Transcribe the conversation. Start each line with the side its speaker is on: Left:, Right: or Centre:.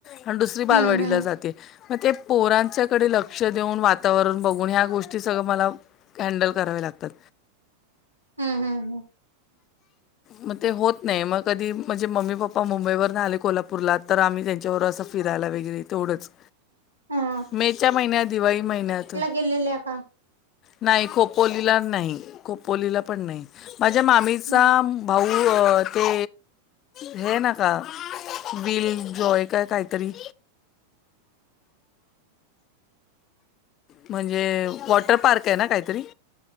Left: आणि दुसरी बालवाडीला
Right: हम्म हम्म
Left: जाते. मग ते पोरांच्याकडे लक्ष देऊन वातावरण बघून ह्या गोष्टी सगळं मला ह्यांडेल करावे लागतात
Right: हम्म हम्म हम्म
Left: मग ते होत नाही मग कधी म्हणजे मम्मी पप्पा मुंबईवर नाही आले कोल्हापूरला तर आम्ही त्यांच्यावर असं फिरायला वगैरे तेवढंच
Right: ह
Left: मेच्या महिन्यात दिवाळी महिन्यात
Right: केलेल्या का.
Left: नाही खोपोलीला नाही खोपोलीला पण नाही माझ्या मामीचा
Right: हम्म.
Left: भाऊ हो ते. हे नाका विल जॉय काय काहीतरी म्हणजे वॉटर पार्क आहे ना काहीतरी